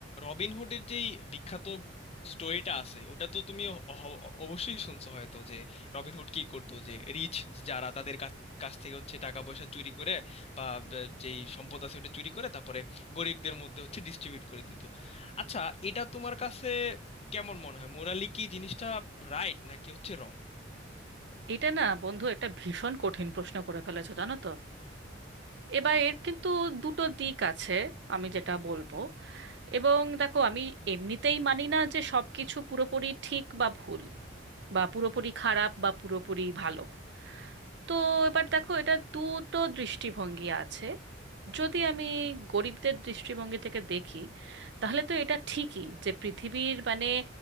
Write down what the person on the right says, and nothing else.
এটা না বন্ধু একটা ভীষণ কঠিন প্রশ্ন করে ফেলেছো জানো তো এবার এর কিন্তু দুটো দিক আছে আমি যেটা বলবো এবং দেখো আমি এমনিতেই মানি না যে সবকিছু পুরোপুরি ঠিক বা ভুল বা পুরোপুরি খারাপ বা পুরোপুরি ভালো তো এবার দেখো এটা দুটো দৃষ্টিভঙ্গি আছে যদি আমি গরিবদের দৃষ্টিভঙ্গি থেকে দেখি তাহলে তো এটা ঠিকই যে পৃথিবীর মানে